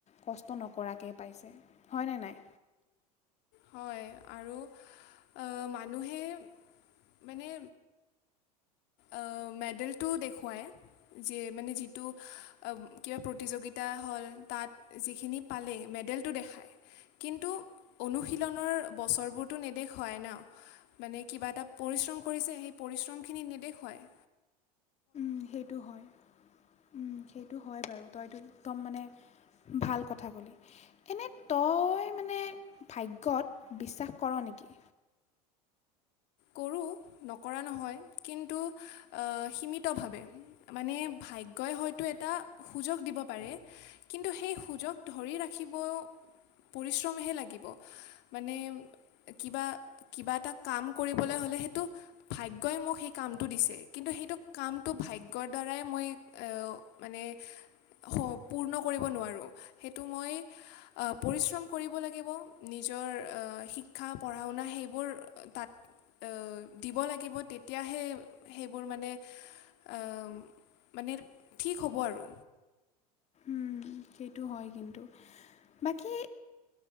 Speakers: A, on the left (about 35°); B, on the left (about 55°).
A: কষ্ট নকৰাকে পাইছে, হয়নে নাই?
B: হয় আৰু, আ মানুহে মানে অ', মেডেলটো দেখুৱায়। যে মানে যিটো অব কিবা প্ৰতিযোগিতা হ'ল তাত যিখিনি পালে, মেডেলটো দেখায়। কিন্তু, অনুশীলনৰ বছৰবোৰতো নেদেখুৱাই ন? মানে কিবা এটা পৰিশ্ৰম কৰিছে সেই পৰিশ্ৰমখিনি নেদেখুৱাই।
A: উম সেইটো হয়। উম, সেইটো হয় বাৰু তই এইটো একদম মানে ভাল কথা ক'লি। এনেই তই মানে ভাগ্যত বিশ্বাস কৰ নেকি?
B: কৰোঁ নকৰা নহয়, কিন্তু আ সীমিতভাৱে। মানে ভাগ্যই হয়তো এটা সুযগ দিব পাৰে। কিন্তু সেই সুযগ ধৰি ৰাখিবও পৰিশ্ৰমহে লাগিব, মানে কিবা কিবা এটা কাম কৰিবলৈ হ'লে সেইটো ভাগ্যই মোক সেই কামটো দিছে, কিন্তু সেইটো কামটো ভাগ্যৰ দ্বাৰাই মই এ অ মানে সপূৰ্ণ কৰিব নোৱাৰোঁ, সেইটো মই আ পৰিশ্ৰম কৰিব লাগিব, নিজৰ আ শিক্ষা পঢ়া শুনা সেইবোৰ তাত অ দিব লাগিব তেতিয়াহে সেইবোৰ মানে আম মানে ঠিক হ'ব আৰু।
A: উ উ সেইটো হয় কিন্তু, বাকী